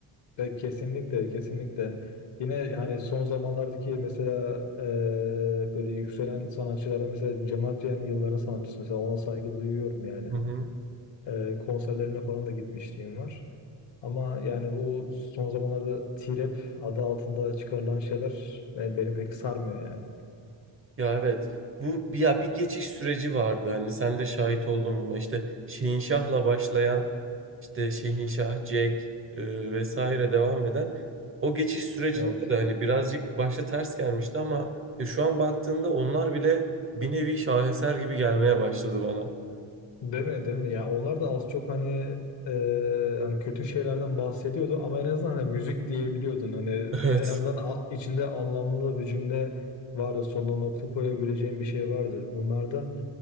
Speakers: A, on the left; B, on the right.
A: Ya kesinlikle kesinlikle yine yani son zamanlardaki mesela e, böyle yükselen sanatçılarda mesela Cem Adrian yılların sanatçısı mesela ona saygı duyuyorum yani
B: Hı hı.
A: E, konserlerine falan da gitmişliğim var ama yani bu son zamanlarda T-Rap adı altında çıkarılan şeyler ben- beni pek sarmıyor yani
B: Ya evet. Bu bir ya bir geçiş süreci vardı. Hani sen de şahit oldun buna. İşte Şehinşah'la başlayan işte Şehinşah, Jack e, vesaire devam eden o geçiş sürecinde
A: evet.
B: de hani birazcık başta ters gelmişti ama ya şu an baktığında onlar bile bir nevi şaheser gibi gelmeye başladı bana. <laughs>
A: Değil mi, değil mi? Ya onlar da az çok hani e, hani kötü şeylerden bahsediyordu ama en azından hani müzik diyebiliyordun. Hani
B: Evet.
A: en azından a- içinde anlamlı bir cümle vardı. Sonuna nokta koyabileceğin bir şey vardı. Bunlarda